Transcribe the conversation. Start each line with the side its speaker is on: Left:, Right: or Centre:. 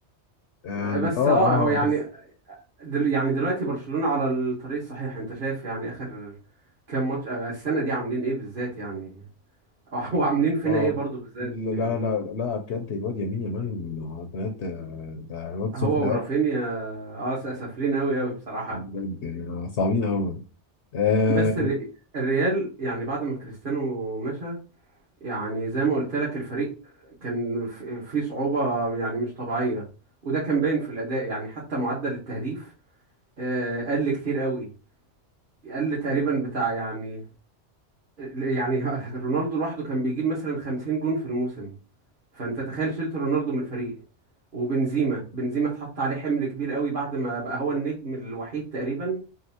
Left: يعني
Right: بس
Left: اه
Right: اه هو يعني
Left: اه بس
Right: دل... يعني دلوقتي برشلونة على الطريق الصحيح انت شايف يعني اخر كام ماتش آه، السنة دي عاملين ايه بالذات يعني <laughs> وعاملين فينا
Left: اه
Right: ايه برضه بالذات
Left: لا
Right: يعني
Left: لا لا لا بجد الواد يمين يامال بجد ده الواد سخن
Right: هو ورافينيا
Left: قوي
Right: اه س- سافلين قوي قوي بصراحة
Left: بجد يعني صعبين قوي آه
Right: بس الر... الريال يعني بعد ما كريستيانو مشى يعني زي ما قلت لك الفريق كان في في صعوبة يعني مش طبيعية وده كان باين في الأداء يعني حتى معدل التهديف آه، قل كتير قوي قل تقريبا بتاع يعني يعني <laughs> رونالدو لوحده كان بيجيب مثلا 50 جون في الموسم فانت تخيل شلت رونالدو من الفريق وبنزيما بنزيما اتحط عليه حمل كبير قوي بعد ما بقى هو النجم الوحيد تقريبا